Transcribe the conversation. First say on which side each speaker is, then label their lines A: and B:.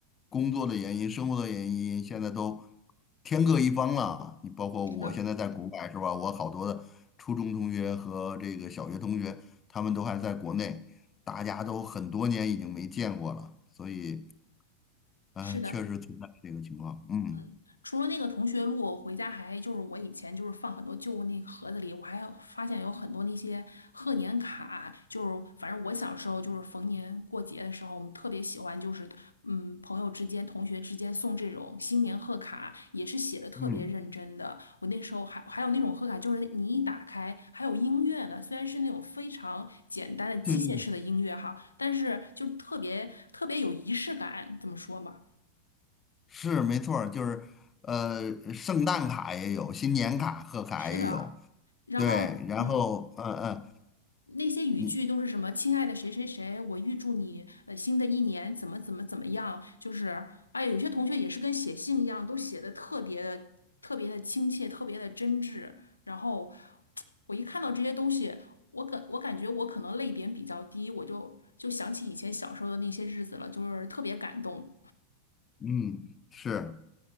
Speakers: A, on the left; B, on the left.
A: 工作的原因、生活的原因，现在都天各一方了。你包括我现在在国外是吧？
B: 是的，
A: 我好多的初中同学和这个小学同学，他们都还在国内，大家都很多年已经没见过了，所以呃，
B: 是的。
A: 确实存在这个情况。嗯
B: 嗯除了那个同学录，我回家还就是我以前就是放很多旧那个盒子里，我还有发现有很多那些贺年卡，就是反正我小时候就是逢年过节的时候，我们特别喜欢就是嗯朋友之间、同学之间送这种新年贺卡，也是写的特别认真的。
A: 嗯，
B: 我那时候还还有那种贺卡，就是你一打开还有音乐呢，虽然是那种非常简单的机械式的音乐哈，
A: 对对对。
B: 但是就特别特别有仪式感，这么说吧。
A: 是没错儿，就是呃，圣诞卡也有，新年卡、贺卡也有，
B: 是的，然后嗯，
A: 对，然后嗯呃，
B: 那些语句都是什么“亲爱的谁谁谁”，
A: 嗯
B: 我预祝你呃新的一年怎么怎么怎么样，就是哎呀，有些同学也是跟写信一样，都写的特别的特别的亲切，特别的真挚。然后我一看到这些东西，我感我感觉我可能泪点比较低，我就就想起以前小时候的那些日子了，就是特别感动。
A: 嗯，是，